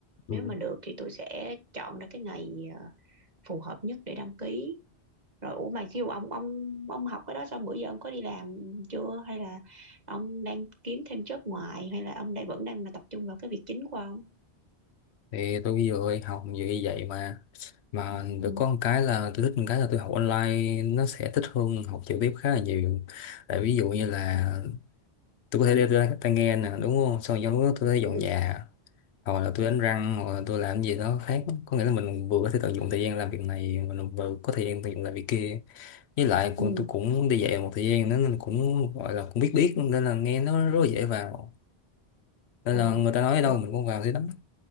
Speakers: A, on the left; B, on the right.
A: ừ.
B: nếu mà được thì tôi sẽ chọn ra cái ngày ờ, phù hợp nhất để đăng ký rồi ủa mà chiêu ông ông ông học cái đó xong bữa giờ ông có đi làm chưa hay là ông đang kiếm thêm job ngoài hay là ông đang vẫn đang là tập trung vào cái việc chính của ông
A: thì tôi vừa học như vậy mà mà được
B: ừ
A: có một cái là tôi thích một cái là tôi học online nó sẽ thích hơn học trực tiếp khá là nhiều tại ví dụ như là
B: ừ
A: tôi có thể đeo tai tai nghe nè đúng không xong trong lúc đó tôi có thể dọn
B: ừ
A: nhà hoặc là tôi đánh răng hoặc là tôi làm gì đó khác có nghĩa là mình vừa có thể tận dụng thời gian làm việc này mình vừa có thời gian tận dụng làm việc kia với lại
B: ừ
A: con tôi cũng đi dạy một thời gian nữa nên cũng gọi là cũng biết biết nên là nghe nó rất là dễ vào nên
B: ừ.
A: là người ta nói ở
B: ủa
A: đâu mình cũng vào thế đó